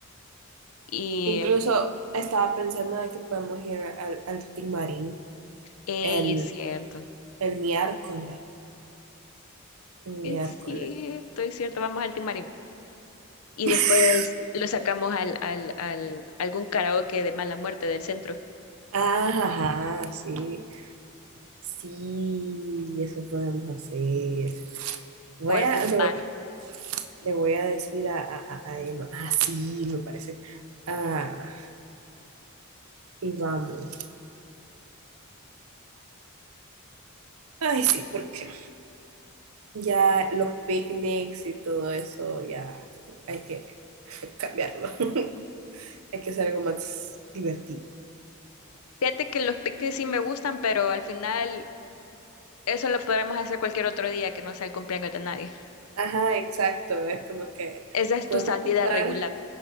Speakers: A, on the left; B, on the right.
A: y,
B: Incluso estaba pensando de que podemos ir al, al Timarín
A: ey,
B: el,
A: es cierto,
B: el miércoles. Un
A: es
B: miércoles.
A: cierto, es cierto, vamos al Team y
B: <laughs>
A: después lo sacamos al, al, al algún karaoke de mala muerte del centro
B: Ah, ajá, sí. Sí, eso podemos hacer. Voy
A: o algún
B: a, le
A: bar.
B: voy, le voy a decir a, a, a- a Emma. Ah, sí, me parece. Ah, y vamos. Ay, sí, porque ya los picnics y todo eso, ya hay que <laughs> cambiarlo. <laughs> Hay que hacer algo más divertido.
A: Fíjate que los picnics sí me gustan, pero al final eso lo podremos hacer cualquier otro día que no sea el cumpleaños de nadie.
B: Ajá, exacto. Es como que
A: Esa es
B: podemos
A: tu salida
B: buscar,
A: regular.